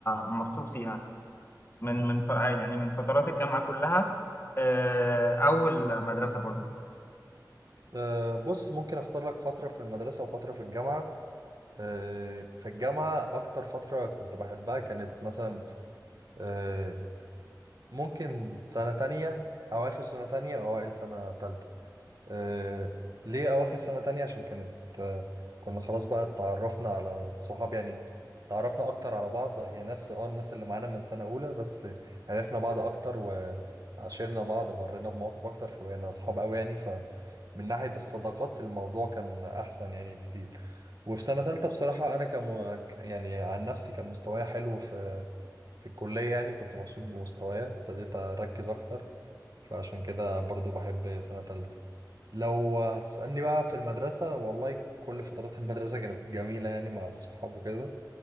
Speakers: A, on the left (about 35°); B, on the right (about 55°).
A: مبسوط فيها من من ف... يعني من فترات الجامعة كلها آه، او المدرسة برضو
B: أه بص ممكن أختار لك فترة في المدرسة وفترة في الجامعة أه في الجامعة أكتر فترة كنت بحبها كانت مثلا أه ممكن سنة تانية أواخر سنة تانية أو أوائل سنة تالتة آه ليه أواخر سنة تانية عشان كانت آه كنا خلاص بقى اتعرفنا على الصحاب يعني تعرفنا أكتر على بعض هي نفس اه الناس اللي معانا من سنة أولى بس عرفنا بعض أكتر وعاشرنا بعض مرينا بمواقف أكتر فبقينا أصحاب أوي يعني فمن ناحية الصداقات الموضوع كان أحسن يعني بكتير وفي سنة تالتة بصراحة أنا كم يعني عن نفسي كان مستواي حلو في في الكلية يعني كنت مبسوط بمستواي ابتديت أركز أكتر فعشان كده برضو بحب سنة تالتة لو هتسألني بقى في المدرسة والله كل فترات <laughs> المدرسة كانت جميلة يعني مع الصحاب وكده